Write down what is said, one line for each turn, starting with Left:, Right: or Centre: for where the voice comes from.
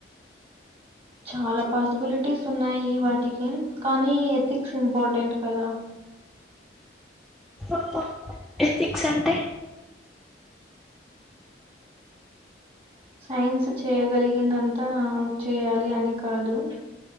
Right: చాలా పాసిబిలిటీస్ ఉన్నాయి వాటికి కానీ ఎథిక్స్ ఇంపార్టెంట్ కదా
Centre: ఆహా ఎథిక్స్ అంటే
Right: సైన్స్ చేయగలిగిందంతా చేయాలి అని కాదు